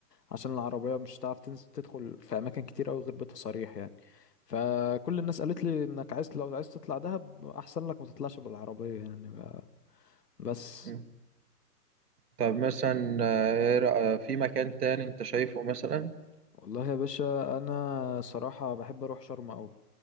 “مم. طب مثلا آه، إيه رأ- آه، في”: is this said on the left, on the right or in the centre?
Right